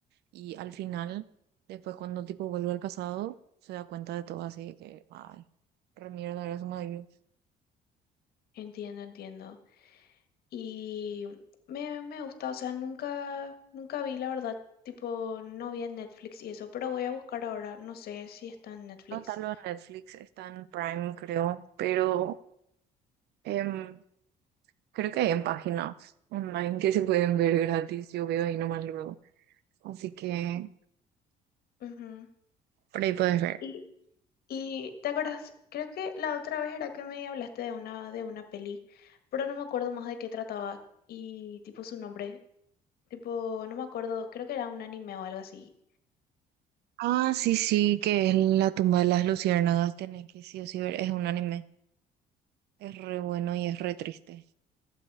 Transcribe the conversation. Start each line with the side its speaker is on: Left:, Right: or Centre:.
Right: Y al final, después cuando tipo vuelve al pasado, se da cuenta de todo así que, ay, re mierda era su marido
Left: Entiendo, entiendo. Y me, me gusta, o sea, nunca, nunca vi, la verdad, tipo, no vi en Netflix y eso, pero voy a buscar ahora, no sé si está en Netflix.
Right: No está lo en Netflix, está en Prime, creo, pero em, creo que hay en páginas online que se pueden ver gratis. Yo veo ahí nomás luego. Así que
Left: Ujú.
Right: por ahí puedes ver.
Left: Y, y, ¿te acuerdas? Creo que la otra vez era que me hablaste de una, de una peli, pero no me acuerdo más de qué trataba y tipo su nombre. Tipo, no me acuerdo, creo que era un anime o algo así.
Right: Ah, sí, sí, que es La tumba de las luciérnagas. Tenés que sí o sí ver. Es un anime. Es re bueno y es re triste.